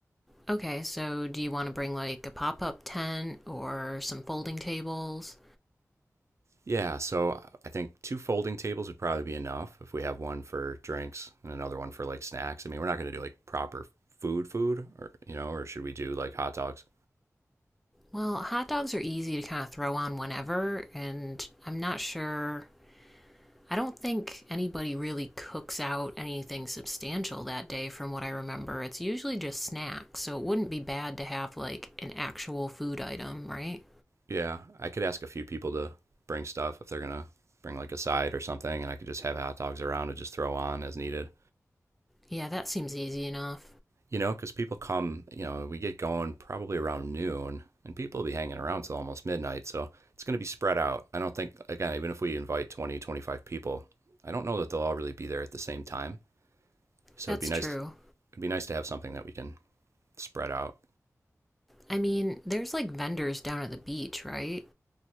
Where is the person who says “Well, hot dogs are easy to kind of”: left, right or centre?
Centre